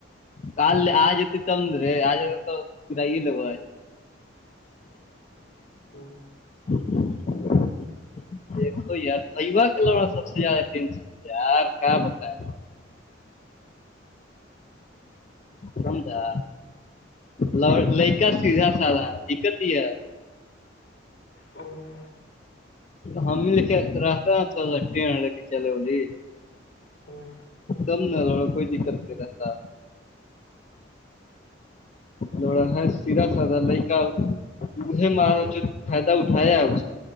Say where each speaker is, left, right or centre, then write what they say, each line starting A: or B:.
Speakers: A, on the left; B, on the left.
A: کال آجتی تمرے آج تو پود <unintelligible>
B: <inaudible>
A: <inaudible> دیکھو یار بھیوا کے لوا سب سے زیادہ ٹینشن ہے یار کہ بتائے سمجھا ل لڑکا سیدھا سھا دقتی ہے
B: ا <inaudible>
A: ہم ہی لے کے رہتا ن تھوڑا سٹ لے کے چلے بولی
B: <inaudible>
A: <inaudible> کوئی دقت نہیں کرتا لڑا ہے سیرا سدا ل کااے مارا جو فائدہ اٹھایا ہے اس کا